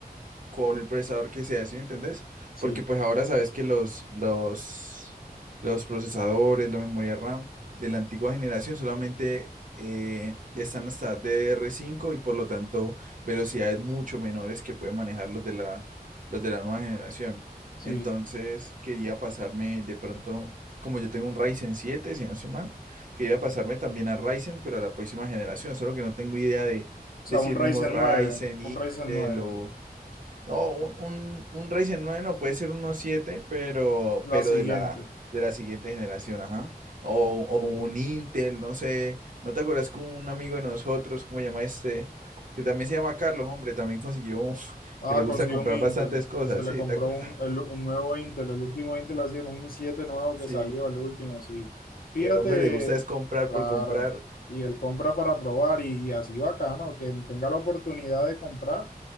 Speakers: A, on the right; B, on the left.
A: con el procesador que sea, ¿sí me entendés?
B: Sí,
A: Porque pues ahora sabes que los, los, los procesadores, la memoria RAM de la antigua generación solamente eh, están hasta ddr cinco y por lo tanto velocidades mucho menores que pueden manejar los de la, los de la nueva generación.
B: sí.
A: Entonces quería pasarme de pronto, como yo tengo un Ryzen siete, si no estoy mal, quería pasarme también a Ryzen, pero a la próxima generación, solo que no tengo idea de,
B: O
A: de
B: sea,
A: si
B: un
A: es
B: Ryzen
A: mejor Ryzen,
B: nueve
A: Intel
B: un Ryzen nueve
A: o no, un, un, un Ryzen nueve no puede ser uno 7 pero,
B: la
A: pero
B: siguiente.
A: de la, de la siguiente generación, ajá. O, o un Intel, no sé. ¿No te acuerdas que un amigo de nosotros, cómo se llama este? Que también se llama Carlos, hombre, también consiguió <laughs>
B: Ah,
A: que le gusta
B: consiguió
A: comprar
B: un Intel.
A: bastantes cosas,
B: Y se le
A: sí,
B: compró
A: ¿te acuerdas?
B: un,
A: <laughs>
B: el- un nuevo Intel. El último Intel ha sido un i7 nuevo que
A: Sí,
B: salió, el último, sí. Fíjate,
A: que el hombre le gusta es comprar
B: claro.
A: por comprar.
B: Y él compra para probar y, así bacano, que tenga la oportunidad de comprar,